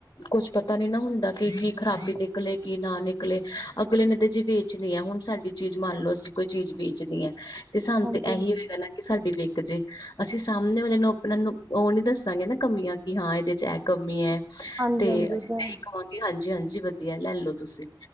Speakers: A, on the left; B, on the right.
A: ਕੁਛ ਪਤਾ ਨੀ ਨਾ ਹੁੰਦਾ ਕਿ ਕੀ ਖਰਾਬੀ ਨਿਕਲੇ ਕੀ ਨਾ ਨਿਕ ਨਿਕਲੇ, ਅਗਲੇ ਨੇ ਤੇ ਜੀ ਵੇਚਣੀ ਹੈ, ਹੁਣ ਸਾਡੀ ਚੀਜ਼ ਮੰਨ ਲਓ ਅਸੀਂ ਕੋਈ ਚੀਜ਼ ਵੇਚਣੀ ਹੈ ਤੇ ਸਾਨੂੰ
B: ਹਾਂਜੀ
A: ਤੇ ਐਹੀ ਹੋਏਗਾ ਨਾ ਕਿ ਸਾਡੀ ਵਿਕ ਜੇ, ਅਸੀਂ ਸਾਹਮਣੇ ਵਾਲੇ ਨੂੰ ਆਪਣਾ ਉਹ ਨੀ ਦੱਸ ਦਸਾਂਗੇ ਕਮੀਆਂ ਕਿ ਹਾਂ ਇਹਦੇ 'ਚ ਇਹ ਕਮੀ ਹੈ,
B: ਹਾਂਜੀ
A: ਤੇ
B: ਹਾਂਜੀ
A: ਅਸੀਂ
B: ਇਹ
A: ਤਾਂ
B: ਹੈ
A: ਇਹੀਂ ਕਵਾਂਗੇ ਹਾਂਜੀ -ਹਾਂਜੀ ਵਧੀਆ ਲੈ ਲਓ ਤੁਸੀਂ,